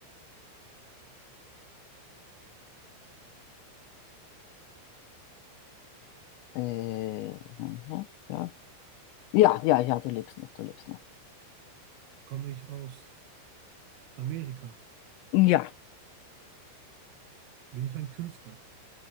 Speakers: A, on the left; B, on the right.
A: Äh, aha, ja. Ja, ja, ja, du lebst noch, du lebst noch.
B: komme ich aus Amerika?
A: Ja,
B: Bin ich ein Künstler?